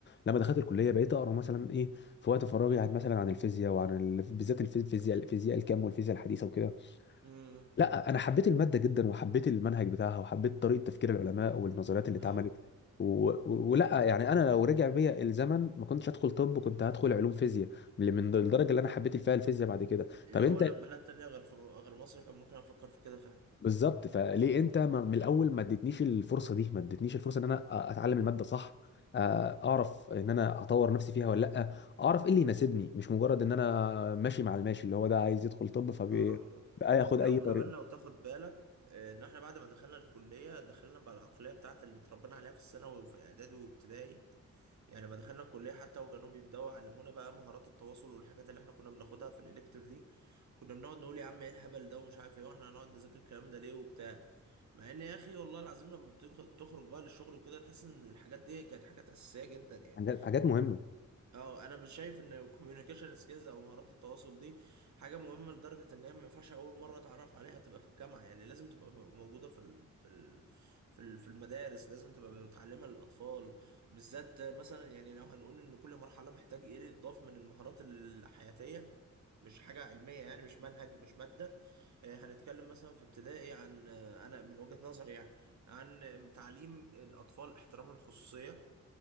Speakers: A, on the left (about 35°); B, on the right (about 65°).
A: لما دخلت الكليه بقيت اقرا مثلا ايه في وقت فراغي عن مثلا عن الفيزياء وعن ال... بالذات الفي- الفيزياء الفيزياء الكم والفيزياء الحديثه وكده
B: امم
A: لا انا حبيت الماده جدا وحبيت المنهج بتاعها وحبيت طريقه تفكير العلماء والنظريات اللي اتعملت
B: اه
A: و... و- ولا يعني انا لو رجع بيا الزمن ما كنتش هدخل طب كنت هدخل علوم فيزياء من من الدرجه اللي انا حبيت فيها الفيزياء بعد كده
B: لو
A: طب انت
B: انا في بلد تانية غير في غير مصر كان ممكن افكر في كده فعلا
A: بالظبط فليه انت ما- من الاول
B: مم.
A: ما اديتنيش الفرصه دي ما اديتنيش الفرصه ان انا أ- اتعلم الماده صح آه، اعرف ان انا اطور نفسي فيها ولا لا
B: مم.
A: اعرف ايه اللي يناسبني مش مجرد ان انا ماشي مع الماشي اللي هو ده عايز يدخل طب فبقى
B: اه آه.
A: ياخد
B: لا
A: اي
B: وكمان
A: طريقه
B: لو تاخد بالك آه، ان احنا بعد ما دخلنا الكليه دخلنا بالعقليه بتاعت اللي اتربينا عليها في الثانوي وفي اعدادي وابتدائي يعني لما دخلنا الكليه حتى وكانوا بيبداوا يعلمونا بقى مهارات التواصل والحاجات اللي احنا كنا بناخدها في الالكتيف دي كنا بنقعد نقول يا عم ايه الهبل ده ومش عارف ايه واحنا هنقعد نذاكر الكلام ده ليه وبتاع مع ان يا اخي والله العظيم لما بتخ- بتخرج بقى للشغل وكده تحس ان الحاجات دي كانت حاجات اساسيه جدا يعني
A: حاجات حاجات مهمه
B: اه انا مش شايف ان الكوميونيكيشن سكيلز او مهارات التواصل دي حاجه مهمه لدرجه ان هي ما ينفعش اول مره اتعرف عليها تبقى في الجامعه يعني لازم تبقى موجوده في ال في ال في ال في المدارس لازم تبقى متعلمه للاطفال بالذات مثلا يعني لو هنقول ان كل مرحله محتاج ايه اللي يتضاف من المهارات الحياتيه مش حاجة علمية يعني مش منهج مش مادة آه، هنتكلم مثلا في ابتدائي عن آه، أنا من وجهة نظري يعني عن تعليم الأطفال احترام الخصوصية